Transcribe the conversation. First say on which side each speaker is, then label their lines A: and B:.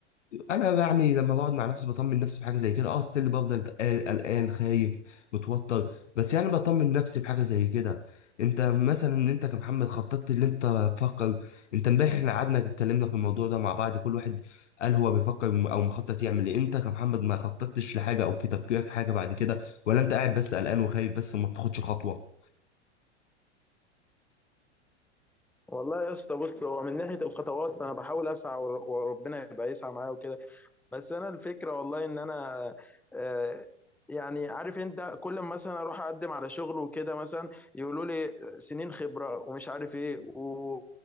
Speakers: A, on the left; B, in the centre.
A: انا يعني لما بقعد مع نفسي بطمن نفسي بحاجه زي كده اه ستيل بفضل قلقان قلقان، خايف متوتر بس يعني بطمن نفسي بحاجه زي كده انت مثلا ان انت كمحمد خططت اللي انت تفكر انت امبارح احنا قعدنا اتكلمنا في الموضوع ده مع بعض كل واحد قال هو بيفكر م- او مخطط يعمل ايه انت كمحمد ما خططتش لحاجه او في تفكيرك حاجه بعد كده ولا انت قاعد بس قلقان وخايف بس ما بتاخدش خطوه
B: والله يا اسطى بص هو من ناحية الخطوات فانا بحاول اسعى ور- وربنا يبقى يسعى معايا وكده بس انا الفكره والله ان انا آه، يعني عارف انت كل ما مثلا اروح اقدم على شغل وكده مثلا يقولوا لي سنين خبره ومش عارف ايه و...